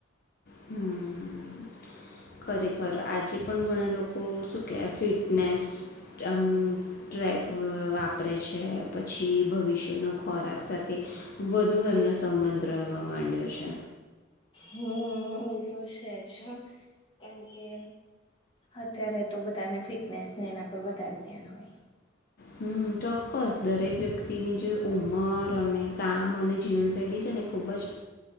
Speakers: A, on the left; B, on the left.
A: હમ્મ. ખરેખર આજે પણ ઘણા લોકો શું કેહેવા ફિટનેસ આમ ટ્રેક વાપરે છે પછી ભવિષ્યનો ખોરાક સાથે વધુ એમનો સમ મંત્ર રહેવા માંડ્યો છે.
B: હમ્મ એતો છેજ કેમ કે અત્યારે તો બધાને ફિટનેસને એના પર વધારે ધ્યાન હોય.
A: હમ્મ ચોક્કસ દરેક વ્યક્તિની જે ઉંમર અને કામ અને જીવનશૈલી છે ને ખૂબ જ